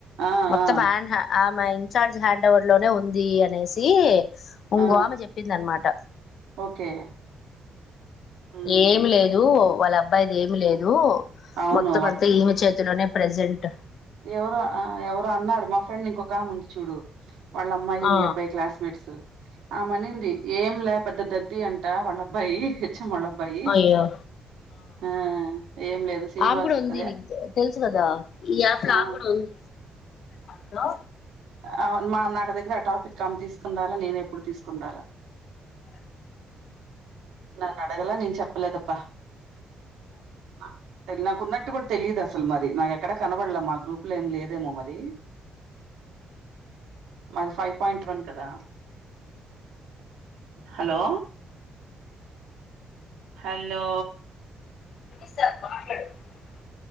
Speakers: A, on the right (about 80°); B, on the left (about 50°).
A: ఆ
B: మొత్తం
A: ఆ
B: హండ్ ఆమె ఇన్చార్జ్ హ్యాండ్ ఓవర్ లోనే ఉంది అనేసి ఇంకో
A: ఆ
B: ఆమె చెప్పింది అనమాట
A: ఓకే ఉమ్
B: ఏమి లేదు వాళ్ళ అబ్బాయిది ఏమిలే లేదు
A: అవును
B: మొత్తం అంతా ఈమె చేతిలోనే ప్రజెంట్
A: ఎవరు ఎవరో అన్నారు మా ఫ్రెండ్ ఇంకొకా చూడు వాళ్ళ అమ్మాయి
B: ఆ
A: మీ అబ్బాయి క్లాస్మేట్స్ ఆ మనింది ఏం లే పెద్ద ఇది అంటా వాళ్ల అబ్బాయి హెచమ్ వాళ్ళ అబ్బాయి
B: అయ్యో
A: ఆ ఏం లేదు శ్రీనివాస్
B: ఆమె కూడా ఉంది
A: అదే
B: నీకు తెలుసు కదా ఈ యాప్
A: ఆ
B: ఆమె కూడా ఉంది హలో
A: ఔ మా నాకు దగ్గర ఆ టాపిక్ కం తీస్కొని రాలా నేను ఎప్పుడు తీస్కొని రాలా నన్ను అడగల నేను చెప్పలేదబ్బా నా తె నాకున్నట్టు కొ తెలీదు అసలు మరి నాకు ఎక్కడ కనబడలా మా గ్రూప్ లో ఏమి లేదేమో మరి మాది ఫైవ్ పాయింట్ వన్ కదా హలో హలో
B: <unintelligible>